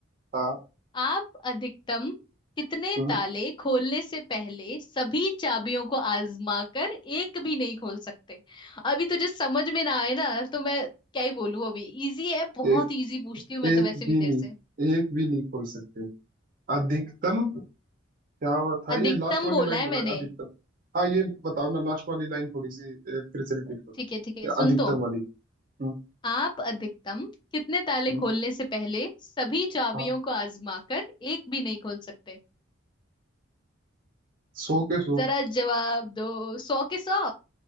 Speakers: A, on the right; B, on the left.
A: हाँ
B: आप अधिकतम कितने
A: हम्म,
B: ताले खोलने से पहले सभी चाबियों को आजमा कर एक भी नहीं खोल सकते अभी तुझे समझ में ना आए ना तो मैं क्या ही बोलूं अभी इजी है बहुत
A: एक
B: इजी पूछती हूँ मैं
A: एक
B: तो वैसे भी
A: भी
B: तेरे
A: नहीं
B: से
A: एक भी नहीं खोल सकते अधिकतम क्या था
B: अधिकतम
A: ये लास्ट वाली
B: बोला
A: लाइन
B: है
A: बताए
B: मैंने
A: अधिकतम हाँ ये बताओ ना लास्ट वाली लाइन थोड़ी सी अ, फिर से रिपीट करो
B: ठीक है ठीक है
A: ये
B: सुन
A: अधिकतम
B: तो
A: वाली हम्म
B: आप अधिकतम कितने ताले
A: हम्म,
B: खोलने से पहले सभी चाबियों
A: हाँ
B: को आजमा कर एक भी नहीं खोल सकते
A: सो के सो
B: जरा जवाब दो सौ के सौ